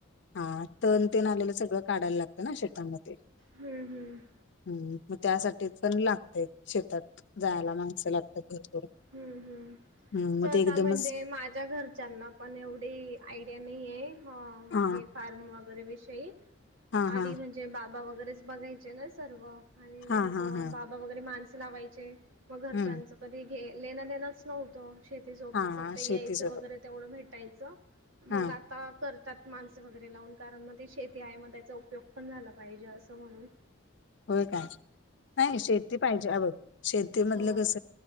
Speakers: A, on the left (about 60°); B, on the right (about 75°).
A: हा तण तेन आलेलं सगळं काढायला लागतं ना शेतामध्ये
B: हम् हम्.
A: हम्म मग त्यासाठीच पण लागत शेतात जायला माणसं लागतात भरपूर
B: हम्म हम्
A: हम्म मग
B: सहसा
A: ते एकदमच
B: म्हणजे माझ्या घरच्यांना पण एवढी आयडिया नाही आहे
A: हा
B: हे फार्म वगैरे विषयी
A: हा
B: आधी
A: हा
B: म्हणजे बाबा वगैरेच बघायचे ना सर्व आणि मग
A: हा हा हा
B: बा. वगैरे माणस लावायचे मग घरच्यांच
A: हम्म
B: कधी लेन देणच नव्हतं शेती सोबत
A: हा
B: फक्त यायचं
A: शेती सोबत
B: वगैरे तेवढं भेटायचं मग
A: हा
B: आ. आता करतात माणसं वगैरे लावून कारण मग ती शेती आहे, मग त्याचा उपयोग पण झाला पाहिजे असं म्हणून
A: होय काय नाही शेती पाहिजे हे बघ शेतीमधलं
B: हम्म
A: कस?